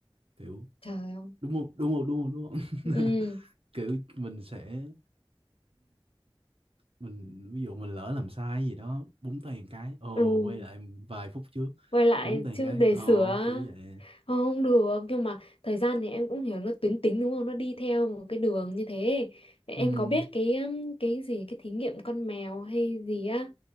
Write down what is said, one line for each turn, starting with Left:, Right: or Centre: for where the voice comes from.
Right: kiểu
Left: trời ơi
Right: đúng không đúng không đúng không đúng
Left: ừ
Right: không <laughs> kiểu mình sẽ mình ví dụ mình lỡ làm sai gì đó búng tay một cái ồ
Left: ừ
Right: quay lại vài phút trước
Left: quay lại
Right: búng tay một
Left: chứ
Right: cái
Left: để
Right: ờ
Left: sửa
Right: kiểu vậy
Left: không được nhưng mà thời gian thì em cũng hiểu nó tuyến tính đúng không nó đi theo một cái đường như thế em
Right: ừ
Left: có biết cái um, cái gì cái thí nghiệm con mèo hay gì á